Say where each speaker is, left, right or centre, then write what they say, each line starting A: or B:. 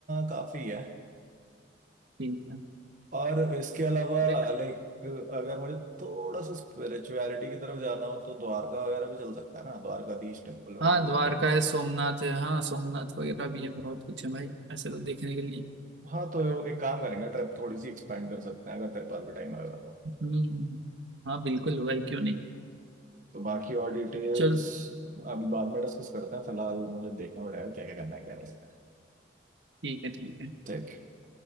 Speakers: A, on the right; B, on the right.
A: काफी है
B: ठीक है
A: और इसके अलावा
B: देख
A: लाइक अगर मुझे थोड़ा सा स्पिरिचुअलिटी की तरफ जाना हो तो द्वारका वगैरह भी चल सकता है ना द्वारकाधीश टेम्पल वगैरह
B: हाँ
A: भी
B: द्वारका
A: तो वहीं कहीं
B: है सोमनाथ है हाँ सोमनाथ वगैरह भी है बहुत कुछ है भाई ऐसे तो देखने के लिए
A: हाँ तो एक काम करेंगे ट्रिप थोड़ी सी एक्सपेंड कर सकते हैं अगर तेरे पास भी टाइम आएगा तो
B: हम्म हाँ बिल्कुल भाई क्यों नहीं
A: तो बाकी और डिटेल्स
B: चल
A: अभी बाद में डिस्कस करते हैं फिलहाल मुझे देखना पड़ेगा क्या क्या करना है क्या नहीं करना है
B: ठीक है ठीक है
A: ठीक है।